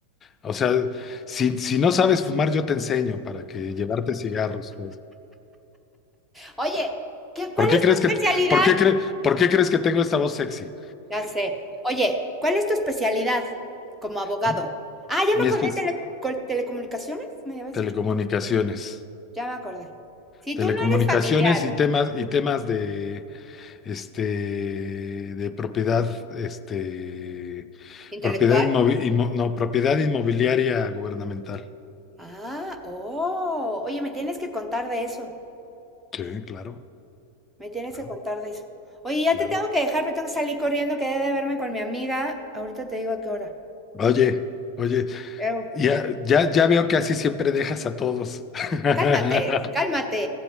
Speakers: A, on the left; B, in the centre.
A: O sea, si, si no sabes fumar, yo te enseño para que llevarte cigarros, pues.
B: Oye, ¿qué, ¿cuál
A: ¿Por qué
B: es
A: crees
B: tu especialidad?
A: que, por qué cre- por qué crees que tengo esta voz sexy?
B: Ya sé. Oye, ¿cuál es tu especialidad como abogado?
A: ¿Mm?
B: Ah, ya
A: Mi
B: me acordé,
A: espe-
B: tele- col- telecomunicaciones, me habías
A: Telecomunicaciones.
B: dicho. Ya me acordé. Si
A: Telecomunicaciones
B: tú no eres familiar,
A: y temas, y temas de, este, de propiedad, este,
B: intelectual.
A: propiedad inmovi- inmo- no, propiedad inmobiliaria gubernamental.
B: Ah, oh, oye, me tienes que contar de eso.
A: Sí, claro,
B: Me tienes
A: claro,
B: que contar de eso. Oye, ya
A: claro.
B: te tengo que dejar, pero tengo que salir corriendo, quedé de verme con mi amiga. Ahorita te digo a qué hora.
A: Oye, oye,
B: Eu,
A: ya, ya, ya veo que así siempre dejas a todos.
B: Cálmate,
A: <laughs>
B: cálmate.